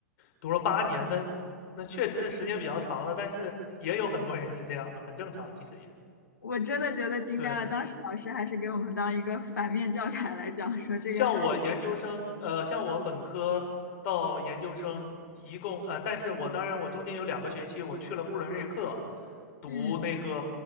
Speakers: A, on the left; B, on the left.
A: 读了八年的，那确实是时间比较长了，但是也有很多人是这样的，很正常，其实也
B: 我真的觉得惊呆了，
A: 对。
B: 当时老师还是给我们当一个反面教材来讲，说这个是
A: 像我研究生，呃，像我本科到研究生，一共呃，但是我当然我中间有两个学期我去了布伦瑞克，读那个
B: 嗯